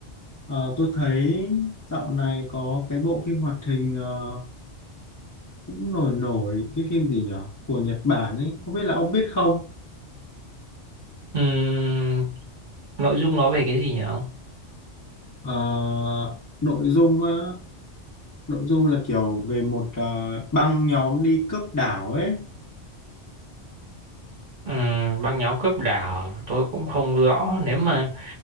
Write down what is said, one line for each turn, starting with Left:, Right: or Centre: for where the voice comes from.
Left: Ờ, tôi thấy dạo này có cái bộ phim hoạt hình ờ, cũng nổi nổi cái phim gì nhở của Nhật Bản ấy không biết là ông biết không
Right: ừm, nội dung nó về cái gì nhỉ ông
Left: Ờ, nội dung á, nội dung là kiểu về một ờ, băng nhóm đi cướp đảo ấy
Right: Ừm, băng nhóm cướp đảo tôi cũng không rõ nếu mà